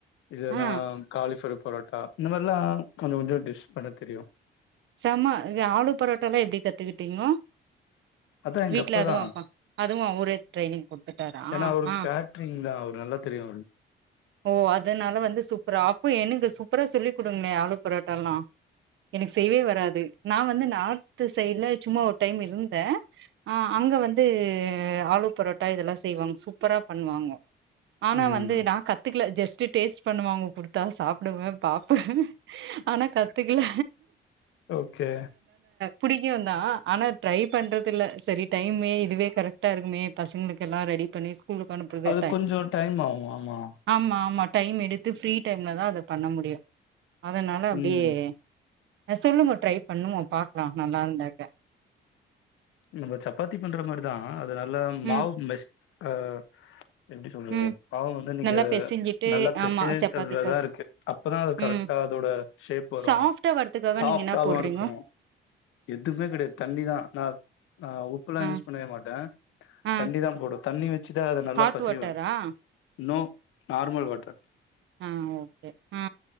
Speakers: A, on the left (about 85°); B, on the right (about 70°).
A: இல்லனா
B: ஆ
A: காலிஃபிர பரோட்டா இந்த மாரிலா கொஞ்சோ கொஞ்சோ டிஷ் பண்ண தெரியு
B: சாம ஆலு பரோட்டல்லா எப்பிடி கத்துக்கிட்டீங்கோ
A: அதா எங்க
B: வீட்ல
A: அப்பா
B: அதுவு
A: தா
B: அதுவு அவரே ட்ரைனிங் குடுத்துட்டாரா
A: ஏன்னா அவரு
B: ஆ
A: கேட்டரிங் தா அவரு நல்லா தெரியு
B: ஓ அதனால வந்து சூப்பராப் ப்போ எனக்கு சூப்பரா சொல்லி் குடுங்களே ஆளு பரோட்டலா செய்வே வராது நா வந்து நா த்து சைடுல சும்மா ஒரு டைம் இருந்தே ஆ அங்க வந்து ஆளு பரோட்டா இதெல்லா செய்வாங்க சூப்பரா பண்ணுவாங்க ஆனா
A: ம்.
B: வந்து நா கத்துக்கல ஜஸ் ட்டு டேஸ்ட் பண்ணுவாங்க குடுத்தா சாப்டுவே பாப்பே ஆனா கத்துக்கல
A: ஓகே
B: புடிக்குதா ஆனா ட்ரை பண்றது இல்ல சரி டைமே இதுவே கரெக்டா இருக்குமே பசங்களுக்குல்லா ரெடி பண்ணி ஸ்கூலுக்கு அனுப்புறது
A: அது கொஞ்சோ டைம் ஆவு ஆமா
B: ஆமா ஆமா டைம் எடுத்து ஃப்ரீ டைம்ல தா அத பண்ண முடியு அதனால அப்பிடியே
A: ம்.
B: எசலு மோ ட்ரை பண்ணுவோ பாக்கலா நல்லா இருந்தாக்க
A: நம்ம சப்பாத்தி பண்ற மாரிதா அதனல்ல மாவு
B: ம்
A: மெஸ் ஆ எப்டி சொல்றது
B: ம்
A: பாவோ வந்து நீங்க
B: நல்லா பெசஞ்சிட்டு
A: நல்லா பெசைக்கிறதுல
B: ஆமா சப்பாத்திக்கு
A: தா இருக்கு அப்போதா அது கரெக்டா
B: ம்
A: அதோட ஷேப் வரு
B: சாஃப்டா வரதுக்காக
A: சாஃப்ட்டாவு
B: நீங்க என்ன போட்றீங்கோ
A: இருக்கு எதுமே கெடையாது டிதா ந ஆ உப்புலா
B: ஆ
A: யூஸ் பண்ணவே மாட்டே
B: ஆ
A: தண்ணி தா போடு தண்ணி வ வச்சுதா அத நல்லா
B: ஹாட்
A: பசைவே
B: வாட்டரா
A: இன்னோ நார்மல் வாட்டர்
B: ஆ ஓகே ஆ